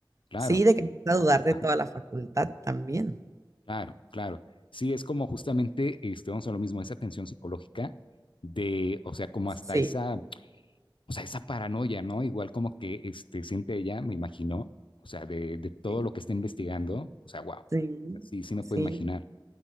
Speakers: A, on the left; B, on the right.
A: claro.
B: Sí, de que empieza a
A: ah,
B: dudar de
A: ajá.
B: toda la facultad también.
A: Claro, claro. Sí, es como justamente, este, vamos a lo mismo, esa tensión psicológica de, o sea, como
B: Sí,
A: hasta esa, o sea, esa paranoia, ¿no? Igual como que este, siente ella, me imagino, o sea, de, de todo
B: sí,
A: lo que está investigando, o sea, wow,
B: sí.
A: sí, sí me
B: sí.
A: puedo imaginar.